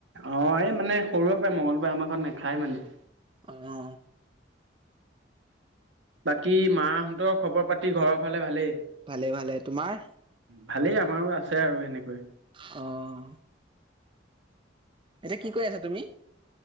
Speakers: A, on the right (about 85°); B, on the right (about 25°).
A: অ এই মানে সৰুৰে পৰাই মঙলবাৰে আমাৰ ঘৰত নাখায় মানে।
B: অ অ।
A: বাকী মাহঁতৰ খবৰ - পাতি ঘৰৰ ফালে ভালেই?
B: ভালে ভালে, তোমাৰ?
A: ভালেই আমাৰো আছে আৰু এনেকৈ।
B: অ। এতিয়া কি কৰি আছা তুমি?